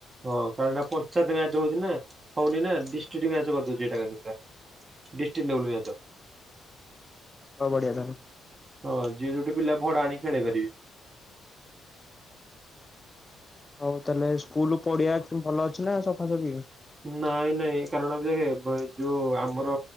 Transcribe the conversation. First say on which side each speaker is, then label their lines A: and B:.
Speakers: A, on the right; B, on the left.
A: ହଁ କାରଣ ଏଟା ପଞ୍ଚାୟତ ମ୍ୟାଚ ହଉଛି ନା ହଉନି ନା ଡିଷ୍ଟ୍ରିଟ ମ୍ବାଚ କରିଦଉଛି ଏଇଟା କାଲି ପୁରା। ଡିଷ୍ଟ୍ରିକ୍ଟ ଲେବଲ ମ୍ୟାଚ।
B: ହଉ ବଢିଆ ତାହାଲେ।
A: ହଁ ଯିଏ ଯୋଟି ପିଲା ଭଡା ଆଣିକି ଖେଳେଇ ପାରିବେ।
B: ହଉ ତାହେଲେ ସ୍କୁଲ ପଡିଆ ଭଲ ଅଛି ନା ସଫାସଫି
A: ନାଇଁ ନାଇଁ କାରଣ ଦେଖେ ଯୋଉ ଆମର